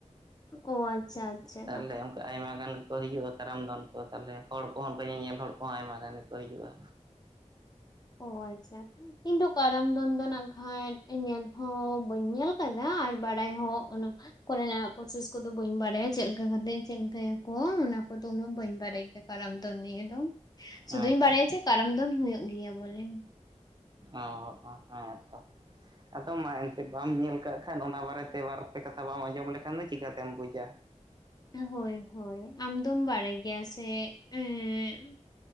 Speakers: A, on the left; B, on the right.
A: ᱚ ᱟᱪᱪᱷᱟ ᱟᱪᱪᱷᱟ
B: ᱛᱟᱦᱞᱮ ᱚᱱᱠᱟ ᱟᱭᱢᱟ ᱜᱟᱱᱼᱼ ᱠᱚ ᱦᱤᱡᱩᱜᱼᱟ ᱠᱟᱨᱟᱢ ᱫᱚᱱ ᱠᱚ ᱛᱟᱞᱦᱮ ᱦᱚᱲ ᱠᱚᱦᱚᱸ <unintelligible> ᱧᱮᱧᱮᱞ ᱦᱚᱲ ᱠᱚᱦᱚᱸ ᱟᱭᱢᱟ ᱜᱟᱱ ᱜᱮᱠᱚ ᱦᱤᱡᱩᱜᱼᱟ
A: ᱚ ᱟᱪᱪᱷᱟ ᱤᱧᱫᱚ ᱠᱟᱨᱟᱢ ᱫᱚᱱ ᱫᱚ ᱱᱟᱜ ᱜᱷᱟᱡᱽ ᱧᱮᱞ ᱦᱚᱸ ᱵᱟᱹᱧ ᱧᱮᱞ ᱠᱟᱫᱟ ᱟᱨ ᱵᱟᱰᱟᱭ ᱦᱚᱸ ᱚᱱᱟᱼᱼ ᱠᱚᱨᱮᱱᱟᱜ ᱯᱨᱚᱥᱮᱥ ᱠᱚᱫᱚ ᱵᱟᱹᱧ ᱵᱟᱰᱟᱭᱟ ᱪᱮᱫᱞᱮᱠᱟ ᱠᱟᱛᱮ ᱪᱮᱫᱞᱮᱠᱟᱭᱟ ᱠᱚ ᱚᱱᱟ ᱠᱚᱫᱚ ᱩᱱᱟᱹᱜ ᱵᱟᱹᱧ ᱵᱟᱰᱟᱭ ᱜᱮᱭᱟ ᱠᱟᱨᱟᱢ ᱫᱚ ᱱᱤᱭᱟᱹ ᱫᱚ ᱥᱩᱫᱩᱧ
B: ᱟᱪᱪᱷᱟ
A: ᱵᱟᱲᱟᱭᱟ
B: ᱟᱪᱪᱷᱟ
A: ᱡᱮ ᱠᱟᱨᱟᱢ ᱫᱚᱱ ᱦᱩᱭᱩᱜ ᱜᱮᱭᱟ ᱵᱚᱞᱮ
B: ᱚᱻᱚ ᱦᱮᱸ ᱛᱚ ᱟᱫᱚ ᱢᱟ ᱮᱱᱛᱮᱫ ᱵᱟᱢ ᱧᱮᱞ ᱠᱟᱜ ᱠᱷᱟᱜ ᱚᱱᱟ ᱵᱟᱨᱮᱛᱮ ᱵᱟᱨ ᱯᱮ ᱠᱟᱛᱷᱟ ᱵᱟᱢ ᱟᱸᱡᱚᱢ ᱞᱮᱠᱷᱟᱱ ᱫᱚ ᱪᱤᱠᱟᱹᱛᱮᱢ ᱵᱩᱡᱟ
A: ᱦᱳᱭ ᱦᱳᱭ ᱟᱢ ᱫᱚᱢ ᱵᱟᱲᱟᱭ ᱜᱮᱭᱟ ᱥᱮ ᱮᱸᱻ